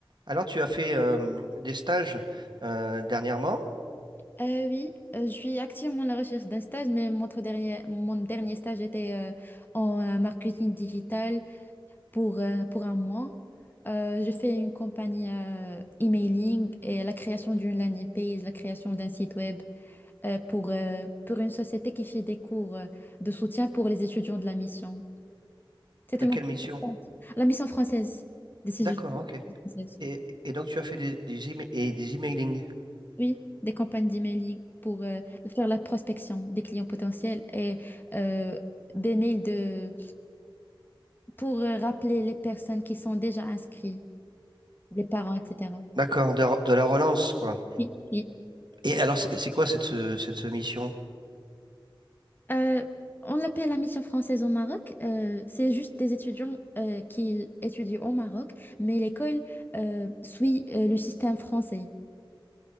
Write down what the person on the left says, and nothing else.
Euh, oui, euh, je suis activement à la recherche d'un stage, mais mon autre dernier, mon dernier stage était euh, en euh, marketing digital pour, euh, pour un mois. Euh, je fais une compagnie euh, emailing et la création d'une landing page, la création d'un site web euh, pour, euh, pour une société qui fait des cours euh, de soutien pour les étudiants de la mission. C'était
mon
premier
stage. La mission française, des étudiants
françaises.
Oui, des campagnes d'emailing pour euh, faire la prospection des clients potentiels et euh, des mails de, pour euh, rappeler les personnes qui sont déjà inscrites, les parents, etc.
Oui, oui.
Euh, on l'appelle la mission française au Maroc. Euh, c'est juste des étudiants euh, qui étudient au Maroc, mais l'école euh, suit euh, le système français.